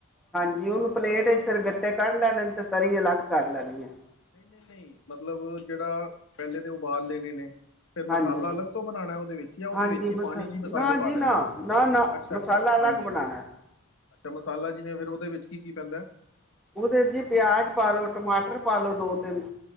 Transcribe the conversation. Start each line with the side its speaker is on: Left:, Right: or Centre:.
Centre: ਹਾਂਜੀ ਉਹਨੂੰ ਪਲੇਟ ਵਿਚ ਗੱਟੇ ਕੱਢ ਲੈਣੇ ਤਰੀ ਅਲੱਗ ਕਰ ਲੈਣੀ ਆ।
Left: ਨਹੀਂ - ਨਹੀਂ - ਨਹੀਂ ਮਤਲਬ ਜਿਹੜਾ ਪਹਿਲੇ ਤੇ ਉਬਾਲ ਲੈਣੇ ਨੇ। ਫਿਰ ਮਸਾਲਾ
Centre: ਹਾਂਜੀ
Left: ਅਲੱਗ ਬਣਾਉਣਾ ਉਹਦੇ ਵਿੱਚ ਜਾਂ ਉਹਦੇ
Centre: ਹਾਂਜੀ
Left: ਵਿੱਚ ਹੀ
Centre: ਮਸ
Left: ਪਾਣੀ ਚ ਹੀ
Centre: ਨਾ
Left: ਪਾ
Centre: ਜੀ
Left: ਦੇਣੇ
Centre: ਨਾ
Left: ਨੇ
Centre: ਨਾ ਨਾ
Left: ਅੱਛਾ
Centre: ਮਸਾਲਾ
Left: - ਅੱਛਾ - ਅੱਛਾ
Centre: ਅਲੱਗ
Left: ਹਾਂਜੀ
Centre: ਬਣਾਉਣਾ
Left: - ਹਾਂਜੀ ਅੱਛਾ ਮਸਾਲਾ ਜਿਵੇਂ ਫਿਰ ਉਹਦੇ ਵਿੱਚ ਕੀ - ਕੀ ਪੈਂਦਾ।
Centre: ਉਹਦੇ 'ਚ' ਜੀ ਪਿਆਜ ਪਾਲੋ ਟਮਾਟਰ ਪਾ ਲੋ ਦੋ, ਤਿੰਨ